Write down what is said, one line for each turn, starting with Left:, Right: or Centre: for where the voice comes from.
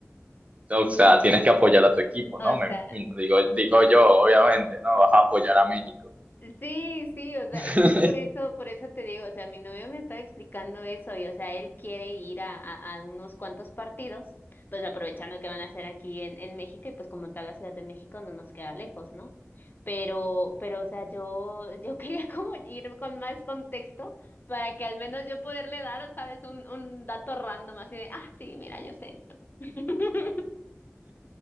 Right: O sea, tienes que apoyar a tu equipo,
Left: O
Right: ¿no? Me
Left: sea,
Right: imagino. Digo, digo yo, obviamente, ¿no? Vas a apoyar a México.
Left: Sí, sí, o sea,
Right: <laughs>
Left: es que por eso, por eso te digo, o sea, mi novio me estaba explicando eso y, o sea, él quiere ir a, a, a unos cuantos partidos, pues aprovechando que van a hacer aquí en, en México y pues como tal la Ciudad de México no nos queda lejos, ¿no? Pero, pero, o sea, yo, yo <laughs> quería como ir con más contexto para que al menos yo poderle dar, ¿sabes? Un, un dato random así de, ah, sí, mira, yo sé esto. <laughs>